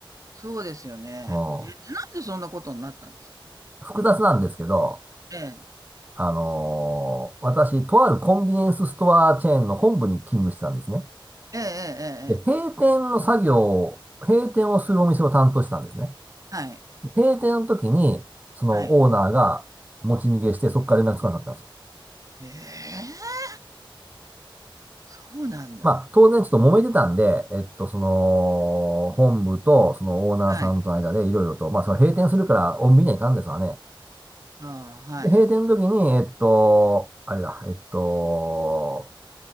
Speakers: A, on the right; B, on the right.
A: そうですよね。
B: うん。
A: え、なんでそんなことになったんですか？
B: 複雑なんですけど、
A: ええ。
B: あのー私、とあるコンビニエンスストアチェーンの本部に勤務してたんですね。
A: えええええええええ
B: で、閉店の作業を、閉店をするお店を担当してたんですね。
A: はい。
B: で閉店の時に、そのオーナーが持ち逃げして、
A: はい。
B: そこから連絡つかなかったんですよ
A: へえ、そうなんだ。
B: まあ、当然ちょっと揉めてたんで、えっと、その、本部と、そのオーナーさんとの間でいろいろと、
A: はい。
B: まあ、それ閉店するから、お見にはいかんですわね。
A: ああ、はい。
B: で、閉店の時に、えっと、あれだ、えっと、